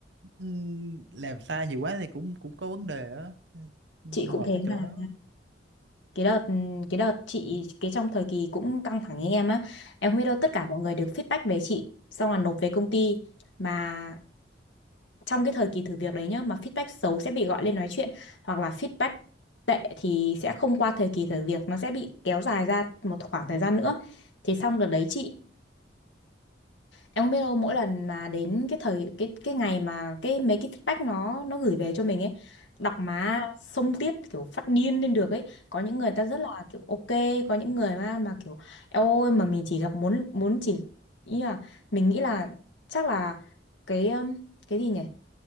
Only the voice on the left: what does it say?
chị
cũng thế
mà
cái đợt cái đợt chị cái trong thời kỳ cũng căng thẳng như em á em không biết đâu tất cả mọi người được feedback về chị xong là nộp về công ty mà trong cái thời kỳ thử việc đấy nhá mà feedback xấu sẽ bị gọi lên nói chuyện hoặc là feedback tệ thì sẽ không qua thời kỳ thử việc nó sẽ bị kéo dài ra một khoảng thời gian nữa thì xong đợt đấy chị em không biết đâu mỗi lần mà đến cái thời cái cái ngày mà cái mấy cái feedback nó nó gửi về cho mình ấy đọc má xông tiết kiểu phát điên lên được ấy có những người ta rất là kiểu ok có những người mà mà kiểu "Eo ôi mà mình chỉ gặp muốn muốn chỉ ý là mình nghĩ là chắc là cái um, cái gì nhỉ